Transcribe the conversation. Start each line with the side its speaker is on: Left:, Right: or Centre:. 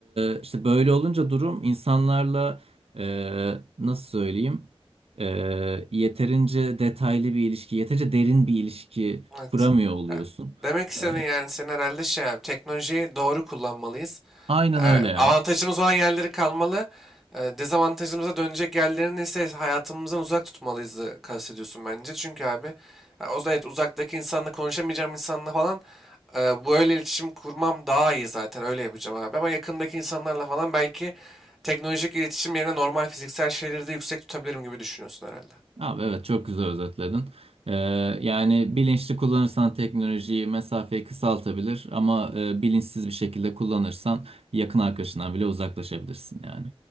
Right: e, işte böyle olunca durum insanlarla e, nasıl söyleyeyim E, yeterince detaylı bir ilişki, yeterince derin bir ilişki
Centre: Evet.
Right: kuramıyor oluyorsun.
Centre: Ya, Demek istediğin
Right: E,
Centre: yani senin herhalde şey abi, teknolojiyi doğru kullanmalıyız.
Right: aynen
Centre: Yani
Right: öyle ya.
Centre: avantajımız olan yerleri kalmalı. e, Dezavantajımıza dönecek yerlerini ise hayatımızdan uzak tutmalıyız e, kastediyorsun bence. Çünkü abi ya o da evet uzaktaki insanla konuşamayacağım insanla falan e, böyle iletişim kurmam daha iyi zaten öyle yapacağım abi. Ama yakındaki insanlarla falan belki teknolojik iletişim yerine normal fiziksel şeyleri de yüksek tutabilirim gibi düşünüyorsun herhalde.
Right: Abi evet çok güzel özetledin. Ee, yani bilinçli kullanırsan teknolojiyi mesafeyi kısaltabilir ama e, bilinçsiz bir şekilde kullanırsan yakın arkadaşından bile uzaklaşabilirsin yani.